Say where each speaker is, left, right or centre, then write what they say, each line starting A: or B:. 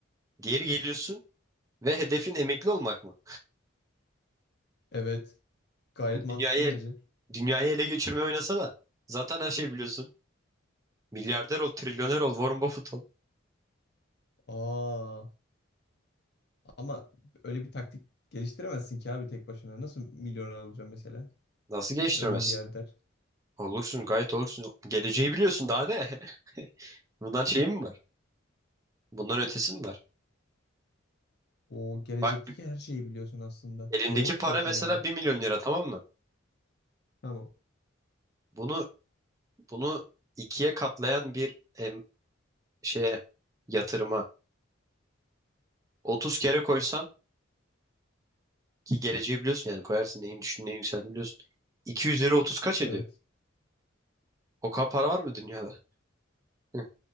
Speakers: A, on the right; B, on the left.
A: Geri geliyorsun ve hedefin emekli olmak mı?
B: Evet. Gayet
A: Oğlum
B: mantıklı
A: Dünyayı,
B: bence.
A: dünyayı ele geçirmeye oynasana. Zaten her şeyi biliyorsun. Milyarder ol, trilyoner ol, Warren Buffett ol.
B: Aa, ama öyle bir taktik geliştiremezsin ki abi tek başına. Nasıl milyoner olacaksın mesela?
A: Nasıl geçtiremezsin?
B: Ya da milyarder.
A: Olursun, gayet olursun. Geleceği biliyorsun daha ne? <laughs> Bundan şey mi var? Bundan ötesi mi var?
B: O gelecekteki
A: Bak bir-
B: her şeyi biliyorsun aslında.
A: elindeki
B: Doğru
A: para
B: diyorsun
A: mesela
B: yani.
A: bir milyon lira tamam mı?
B: Tamam.
A: Bunu bunu ikiye katlayan bir em, şeye yatırıma 30 kere koysan Ki geleceği biliyorsun yani koyarsın neyin düştüğünü neyin yükseldiğini biliyorsun. 2 üzeri 30 kaç
B: Evet.
A: ediyor? O kadar para var mı dünyada? Hı.